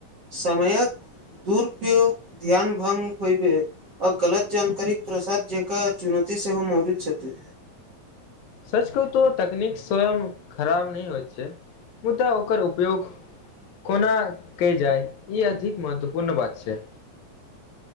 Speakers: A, on the right; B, on the left.
A: समयक दुरुप्रयोग ध्यान भंग होब आ गलत जान तनिक प्रसाद जकर चुनौती सेहो मौजूद छथि
B: सच कहू तो तकनीक स्वयं खराब नहि होइत छै मुदा ओकर उपयोग कोना कय जाय ई अधिक महत्वपूर्ण बात छै